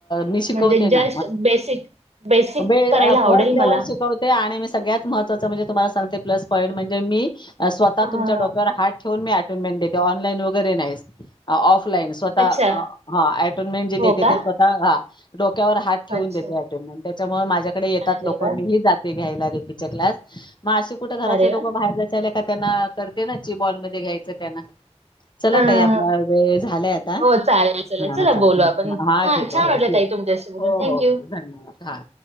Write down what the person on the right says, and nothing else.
म्हणजे जस्ट
बेसिक बेसिक
करायला आवडेल
मला. हं
हं
हं.
अच्छा.
हो का?
अच्छा.
अरे
वाह!
अरे
वाह!
हं
हं
हं.
हो चालेल चला. चला
बोलू आपण.
छान
छान
वाटलं
ताई तुमच्याशी बोलून.
थँक्यू.